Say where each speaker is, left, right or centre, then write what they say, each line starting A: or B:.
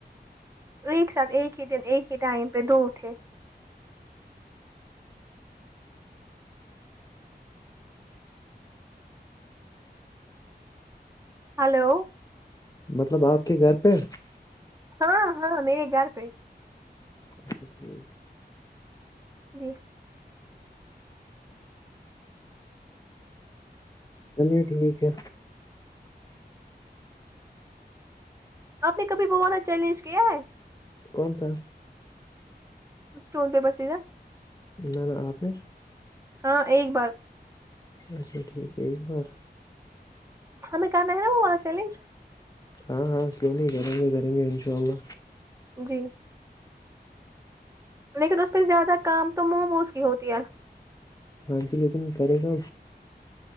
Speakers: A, on the right (about 15°); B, on the left (about 20°).
A: ایک ساتھ ایک ہی دن ایک ہی ائم پہ دو تھے ہلو
B: مطلب آپ کے گھر پہ
A: ہاں ہاں میرے گھر پہ
B: اچھا ٹھیک
A: جی
B: چلیے ٹھیک ہے
A: آپ نے کبھی بوانا چیلنج کیا ہے
B: کون سا
A: اسٹون پیپر س گا
B: نہ نہ آپ نے
A: ہاں ایک بار
B: اچھا ٹھیک ہے ایک بات
A: ہمیں کرنا ہے نا وہاں چیلنج
B: ہاں ہاں کیوں نہیں کریں گے کریں گے ان شاء اللہ
A: جی لیکن اس پہ زیادہ کام تو مو موز کی ہوتی ہے
B: ہاں جی لیکن کرے گا